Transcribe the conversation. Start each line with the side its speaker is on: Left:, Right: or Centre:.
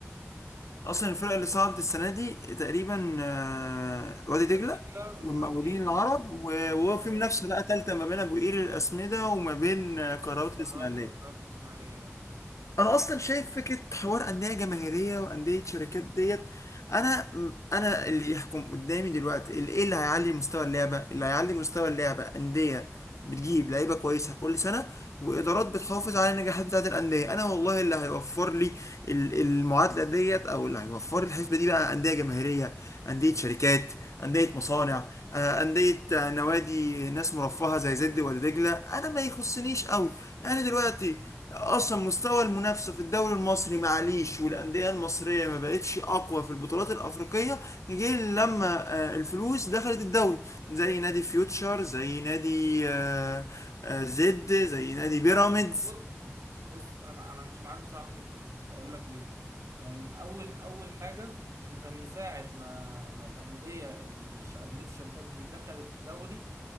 Left: اصلا الفرق اللي صعدت السنه دي تقريبا آه، وادي دجله
Right: وادي دجله والمقاولين
Left: والمقاولين العرب و- وهو
Right: و-
Left: في منافسه بقى ثالثه ما بين ابو قير الاسمده وما بين
Right: وكهربا
Left: آه، قنوات الاسماعيليه
Right: كهربا الاسماعيليه اه
Left: انا اصلا شايف فكره حوار انديه جماهيريه وانديه شركات ديت انا انا اللي يحكم قدامي دلوقتي اللي ايه اللي هيعلي مستوى اللعبه اللي هيعلي مستوى اللعبه انديه بتجيب لعيبه كويسه كل سنه وادارات بتحافظ على النجاحات بتاعه الانديه انا والله اللي هيوفر لي ال- المعادله ديت او اللي هيوفر لي الحسبه دي بقى انديه جماهيريه انديه شركات انديه مصانع آه، انديه آه، نوادي ناس مرفهه زي زد ولا دجله انا ما يخصنيش قوي انا دلوقتي اصلا مستوى المنافسه في الدوري المصري معليش والانديه المصريه ما بقتش اقوى في البطولات الافريقيه غير لما آه، الفلوس دخلت الدوري زي نادي فيوتشر زي نادي آه، آه، زد زي نادي بيراميدز
Right: لا بس بص بص انا انا مش معاك بصراحه في الحته دي هقول لك ليه لان اول اول حاجه انت من ساعه ما ما الانديه الش... انديه الشركات دي دخلت الدوري